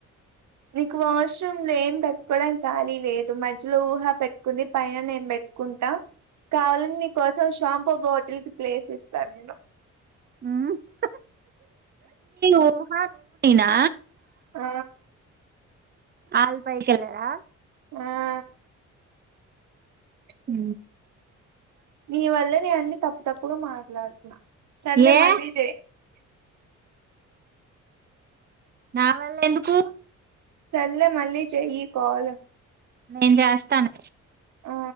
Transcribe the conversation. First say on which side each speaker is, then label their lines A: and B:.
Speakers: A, on the right; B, on the right.
A: నీ క వాష్ రూమ్ లో ఏం పెట్టుకోవడానికి ఖాళీ లేదు మధ్యలో ఊహా పెట్టుకుంది పైన నేను పెట్టుకుంటా కావాలని నీకోసం షాంపూ బోటిల్ కి ప్లేస్ ఇస్తా నేను
B: ఊ <unintelligible> ఊహా నువ్వు నేనా
A: ఆ
B: ఆళ్ళు పైకెళ్లారా
A: ఆ
B: ఊ
A: నీ వల్లే నే అన్నీ తప్పు తప్పుగా మాట్లాడుతున్నా సరేలే
B: ఏ
A: మళ్ళీ చే
B: నా వల్ల ఎందుకు
A: సరేలే మళ్ళీ చెయ్యి కాల్
B: నేను జేస్తాను
A: ఆ